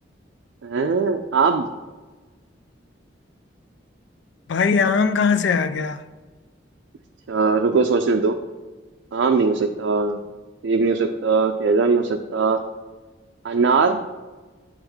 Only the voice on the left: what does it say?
भाई आम कहाँ से आ गया